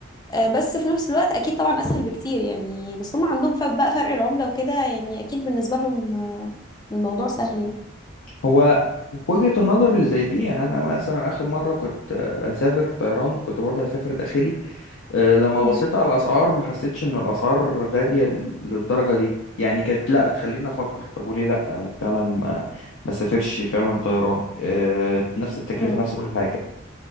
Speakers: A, on the left; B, on the left.
A: آه، بس في نفس الوقت اكيد طبعا اسهل بكتير يعني بس هم عندهم ف- بقى فرق العملة وكده يعني اكيد بالنسبة لهم آه، الموضوع سهل يعني
B: هو في وجهة النظر اللي زي دي يعني انا مثلا اخر مره كنت آه، هسافر طيران كنت برضه هسافر داخلي آه، لما
A: مم.
B: بصيت على الاسعار ما حسيتش ان الاسعار غاليه للدرجه دي يعني كانت لا تخليني افكر طب وليه لا آه، فعلا ما ما سافرش فعلا طيران آه، نفس التكلفه
A: مم.
B: نفس كل حاجه